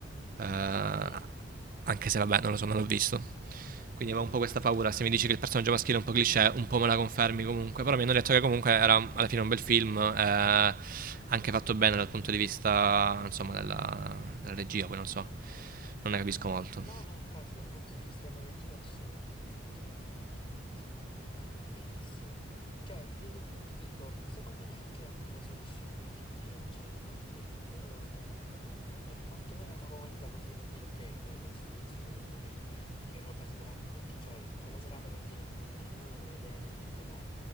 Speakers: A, on the right (about 45°); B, on the left (about 25°).
A: Eh,
B: Mm.
A: anche se vabbè, non lo so, non l'ho visto. Quindi avevo un po' questa paura. Se mi dici che il personaggio maschile è un po' cliché, un po' me la confermi comunque. Però mi hanno detto che comunque era alla fine un bel film, eh, anche fatto bene dal punto di vista, insomma, della, della regia, poi non so, non ne capisco molto.
B: No, no, infatti dal punto di vista della regia assolutamente è fatto da, da- veramente benissimo. Cioè, ti, ti dico, secondo me anche a proposito di scenografie, eccetera, è un film davvero che ne vale la pena vederlo, quantomeno una volta così per dire ok, mi tolgo lo spizio, vedo un po' che- di che roba si tratta, perché cioè in quella serata per dire in cui non hai nulla da vedere, niente da...